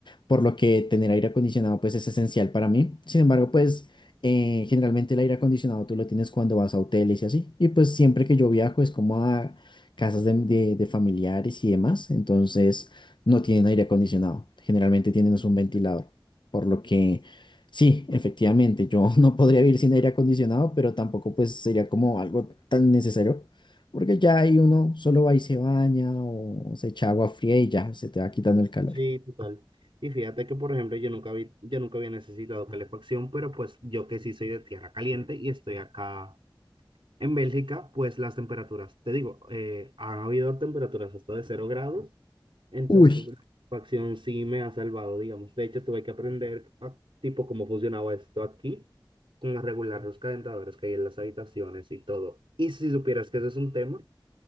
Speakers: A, on the left (about 65°); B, on the right (about 80°).
A: por lo que tener aire acondicionado pues es esencial para mí. Sin embargo, pues eh, generalmente el aire acondicionado tú lo tienes cuando vas a hoteles y así. Y pues siempre que yo viajo es como a casas de de- de familiares y demás. Entonces no tienen aire acondicionado, generalmente tienen es un ventilador, por lo que sí, efectivamente, yo <laughs> no podría vivir sin aire acondicionado, pero tampoco pues sería como algo tan necesario, porque ya ahí uno solo va y se baña o se echa agua fría y ya se te va quitando el calor.
B: Sí, total. Y fíjate que, por ejemplo, yo nunca vi, yo nunca había necesitado calefacción, pero pues yo que sí soy de tierra caliente y estoy acá en Bélgica, pues las temperaturas, te digo, eh, han habido temperaturas hasta de cero grados Entonces,
A: Uy.
B: la facción sí me ha salvado, digamos. De hecho, tuve que aprender a, tipo cómo funcionaba esto aquí, con regular los calentadores que hay en las habitaciones y todo. Y si supieras que ese es un tema,